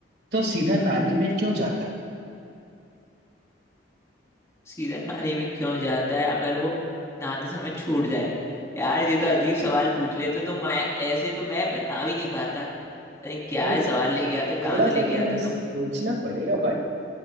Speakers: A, on the right; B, on the left.
A: तो सीधा नाली में क्यों जाता है
B: सीधा नाली में क्यों जाता है अगर वो नहाते समय छूट जाए यार ये तो अजीब सवाल पूछ लेते हो तो मैं ऐसे तो मैं बता भी नहीं पाता अरे क्या
A: थोड़ा
B: है सवाल
A: सा
B: लेके आते हो
A: थोड़ा
B: कहाँ से
A: सा
B: लेके
A: तुम्हें
B: आते हो
A: सोचना
B: तुम
A: पड़ेगा भाई